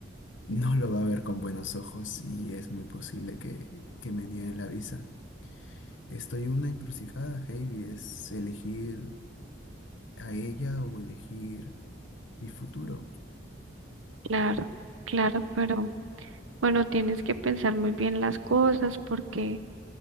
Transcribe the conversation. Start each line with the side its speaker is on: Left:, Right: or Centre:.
Left: no lo va a ver con buenos ojos y es muy posible que, que me nieguen la visa. Estoy en una encrucijada, Heidi, es elegir a ella o elegir mi futuro.
Right: claro, claro, pero bueno, tienes que pensar muy bien las cosas porque